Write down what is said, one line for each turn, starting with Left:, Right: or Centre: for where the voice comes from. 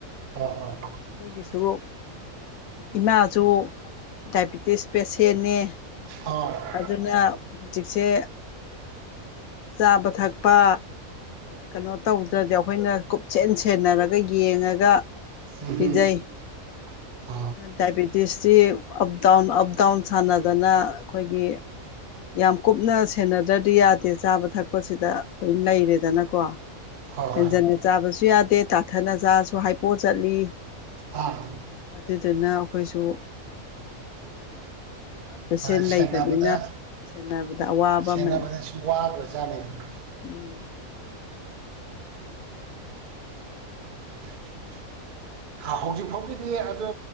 Right: ꯑꯣ ꯍꯣꯏ
Left: ꯑꯩꯈꯣꯏꯒꯤꯁꯨ ꯏꯃꯥꯁꯨ ꯗꯥꯏꯕꯤꯇꯤꯁ ꯄꯦꯁꯦꯟꯅꯦ
Right: ꯑꯣ ꯍꯣꯏ
Left: ꯑꯗꯨꯅ ꯍꯧꯖꯤꯛꯁꯦ ꯆꯥꯕ ꯊꯛꯄ ꯀꯩꯅꯣ ꯇꯧꯗ꯭ꯔꯗꯤ ꯑꯩꯈꯣꯏꯅ ꯀꯨꯞꯆꯦꯟ ꯁꯦꯟꯅꯔꯒ ꯌꯦꯡꯉꯒ
Right: ꯎꯝ
Left: ꯕꯤꯖꯩ
Right: ꯑ
Left: ꯗꯗꯥꯏꯕꯤꯦꯇꯤꯁ ꯁꯤ ꯑꯞ ꯗꯥꯎꯟ ꯑꯞ ꯗꯥꯎꯟ ꯁꯥꯟꯅꯗꯅ ꯑꯩꯈꯣꯏꯒꯤ ꯌꯥꯝ ꯀꯨꯞꯅ ꯁꯦꯟꯅꯗ꯭ꯔꯗꯤ ꯌꯥꯗꯦ ꯆꯥꯕ ꯊꯛꯄꯁꯤꯗ ꯂꯣꯏ ꯂꯩꯔꯦꯗꯅꯀꯣ
Right: ꯍꯣꯏ
Left: ꯍꯦꯟꯖꯟꯅ ꯆꯥꯕꯁꯨ ꯌꯥꯗꯦ ꯇꯥꯊꯅ ꯆꯥꯁꯨ ꯍꯥꯏꯄꯣꯑ ꯆꯠꯂꯤ
Right: ꯍꯣꯏ
Left: ꯑꯗꯨꯗꯨꯅ ꯑꯩꯈꯣꯏꯁꯨ ꯄꯦꯁꯦꯟ
Right: ꯑꯥ
Left: ꯂꯩꯕꯅꯤꯅ
Right: ꯁꯦꯟꯅꯕꯗ
Left: ꯁꯦꯟꯅꯕꯗ ꯑꯋꯥꯕ
Right: ꯁꯦꯟꯅꯕꯗꯁꯨ
Left: ꯑꯃꯅꯤ
Right: ꯋꯥꯕ꯭ꯔ ꯖꯥꯠꯅꯤ <inaudible>
Left: ꯎꯝ
Right: <inaudible> ꯍ ꯍꯧꯖꯤꯛ ꯐꯥꯎꯒꯤꯗꯤ ꯑꯗꯨ